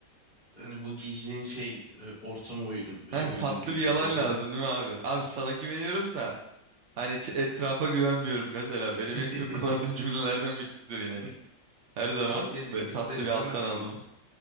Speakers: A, on the left (about 25°); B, on the right (about 70°).
A: hani bu giyeceğin şey e, ortama uygun,
B: Heh,
A: şey, uygun
B: tatlı
A: değildir
B: bir yalan
A: ya da
B: lazım değil mi abi? Abi sana güveniyorum da. Hani ç- etrafa güvenmiyorum mesela. Benim
A: <laughs>
B: en çok kullandığım cümlelerden birisidir yani. <laughs> Her zaman
A: abi yani
B: böyle
A: ister
B: tatlı
A: istemez
B: bir alttan
A: şimdi.
B: alma.